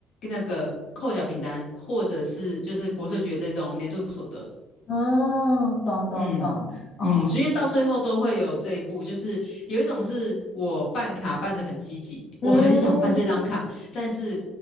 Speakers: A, on the left; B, on the left.
A: 那个扣缴凭单，或者是就是国税局的这种年度所得。
B: 嗯，懂懂懂，
A: 嗯嗯，
B: 哦，
A: 所以到最后都会有这一步，就是有一种是我办卡办得很积极，
B: 嗯，
A: 我很想办这张卡，但是